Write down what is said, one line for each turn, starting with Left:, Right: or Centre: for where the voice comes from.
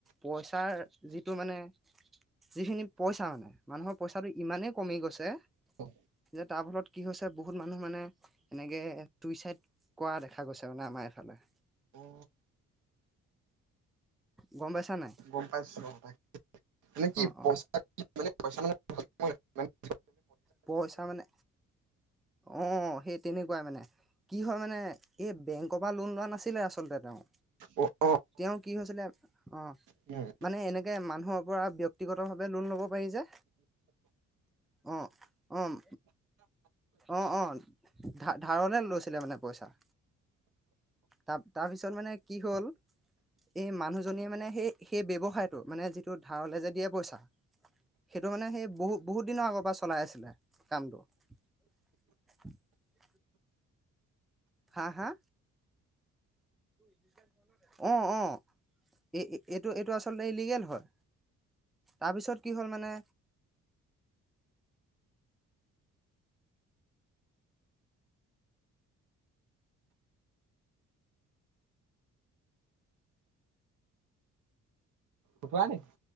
Centre: পইচাৰ যিটো মানে যিখিনি পইচা মানে মানুহৰ পইচাটো ইমানেই কমি গৈছে
Right: অঁ।
Centre: যে তাৰ ফলত কি হৈছে বহুত মানুহ মানে এনেকে চুইচাইদ কৰা দেখা গৈছে মানে আমাৰ এইফালে।
Right: অঁ।
Centre: গম পাইছা নাই?
Right: গম পাইছো <unintelligible> মানে কি
Centre: অ
Right: পইচা
Centre: অ
Right: মানে পইচা মানে <unintelligible>
Centre: পইচা মানে অঁ' সেই তেনেকুৱাই মানে। কি হয় মানে এই বেংকৰ পৰা লোন লোৱা নাছিলে আচলতে তেওঁ।
Right: অ অ
Centre: তেওঁ কি হৈছিলে অঁ'
Right: উম
Centre: মানে এনেকে মানুহক পৰা ব্যক্তিগতভাবে লোন ল'ব পাৰি যে। অঁ' অঁ। অঁ' অঁ' ধা-ধাৰলে লৈছিলে মানে পইচা। তাৰ তাৰ পিছত মানে কি হ'ল এই মানুহজনীয়ে মানে সেই সেই ব্যৱসায়টো মানে যিটো ধাৰলে যে দিয়ে পইচা। সেইটো মানে সেই বহু বহুত দিনৰ আগৰ পৰা চলাই আছিলে কামটো। <unintelligible> হা হা? <unintelligible> অঁ' অঁ' এই এইটো এইটো আচলতে ইলিগেল হয়। তাৰপিছত কি হ'ল মানে
Right: ফুটোৱা <unintelligible>